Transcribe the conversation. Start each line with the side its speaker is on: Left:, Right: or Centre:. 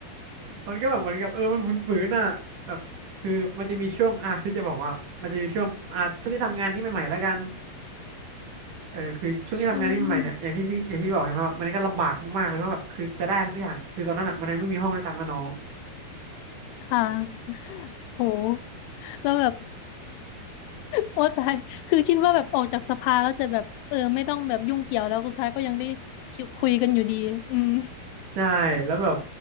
Right: มันก็แบบเหมือนกับเออมันฝืนๆน่ะแบบคือมันจะมีช่วงอ่ะพี่จะบอกว่ามันจะมีช่วงอ่ะช่วงที่ทำงานนี่ใหม่ๆแล้วกันเออคือช่วงที่ทำงานนี่ใหม่ๆเนี่ยอย่างที่พี่อย่างที่บอกเห็นไหมแบบมันก็ลำบากมากๆเลยว่าแบบคือจะได้อะไรสักอย่างคือตอนนั้นอ่ะมันยังไม่มีห้องด้วยซ้ำนะน้อง
Left: อืมค่ะโหแล้วแบบ โอ้ตายคือคิดว่าแบบออกจากสภาแล้วจะแบบเออไม่ต้องแบบยุ่งเกี่ยวแล้วสุดท้ายก็ยังได้คิวคุยกันอยู่ดีอืม
Right: ใช่แล้วแบบ